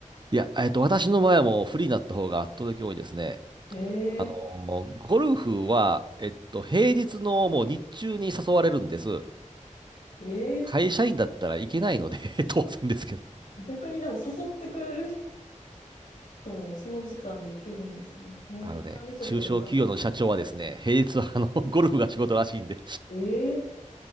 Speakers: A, on the right; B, on the left.
A: いや、えっと、私の場合はもうフリーになった方が圧倒的に多いですね。
B: え
A: あの、ゴルフは、えっと、平日のもう日中に誘われるんです。
B: ー、
A: 会社員だったらいけないので
B: え
A: <laughs> 当然ですけど。
B: ー、逆にでも誘ってくれる人もその時間で行けるんですね。もう管理職の方。
A: あのね、中小企業の社長はですね、平日はあの、ゴルフが仕事らしいんで
B: えー、